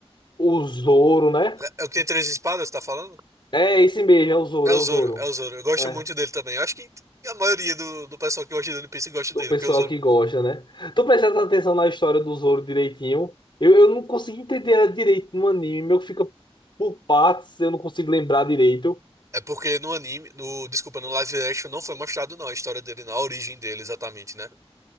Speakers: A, on the left; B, on the right.
A: O Zoro, né?
B: É é o que tem três espadas, tá falando?
A: É esse mesmo, é o Zoro,
B: É o
A: é o
B: Zoro,
A: Zoro.
B: é o Zoro. Eu gosto
A: É,
B: muito dele também. Eu acho que a maioria do, do pessoal que gosta de One Piece gosta dele,
A: do pessoal
B: porque o Zoro.
A: que gosta, né? Tu prestas atenção na história do Zoro direitinho. Eu, eu não consegui entender ela direito no anime, meu que fica por partes, eu não consigo lembrar direito
B: É porque no anime, no, desculpa, no live action não foi mostrado não a história dele, não, a origem dele exatamente, né?